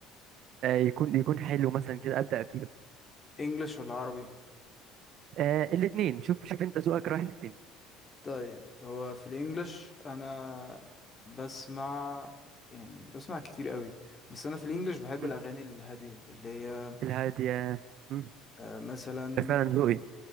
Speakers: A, on the right; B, on the left.
A: آه يكون يكون حلو مثلا كده ابدا فيه
B: انجلش ولا عربي
A: آه الاتنين شوف شوف انت ذوقك رايح لفين
B: طيب هو في الانجليش انا بسمع يعني بسمع كتير قوي بس انا في الانجليش بحب
A: مم.
B: الاغاني الهاديه اللي هي
A: الهادية مم.
B: آه مثلا
A: ده فعلا ذوقي